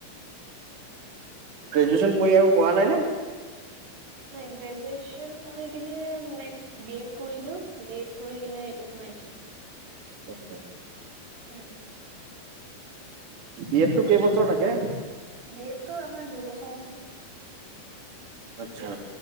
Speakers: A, on the right; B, on the right.
A: আছে।
B: গেজ্যুৱেচন কৰি আৰু পঢ়া নাইনে।
A: নাই গ্ৰেজুৱেচন কৰি কিনে নেক্সট বি এড কৰিলো। বি এড কৰি কিনে এইটো সোমাইছো।
B: আতছা।
A: উম।
B: বি এড টো কেইবছৰ থাকে।
A: বি এড টো আমাৰ দুবছৰ আছে না।
B: আচ্ছা